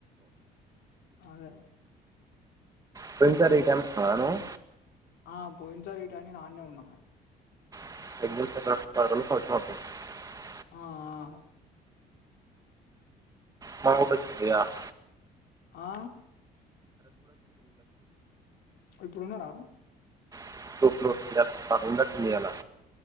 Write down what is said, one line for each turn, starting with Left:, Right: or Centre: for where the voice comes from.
Left: అదే
Right: పోయినసారి ఈ టైంలో ఉన్నావా నువ్వు
Left: ఆ పోయినాసారి ఈ టైమ్ నేను అన్నే ఉన్నా.
Right: <inaudible>
Left: ఆ ఆ
Right: మా అమ్మ కు వచ్చింది గా <inaudible>
Left: ఆ ఇప్పుడు ఉన్నాడా
Right: <inaudible> అలా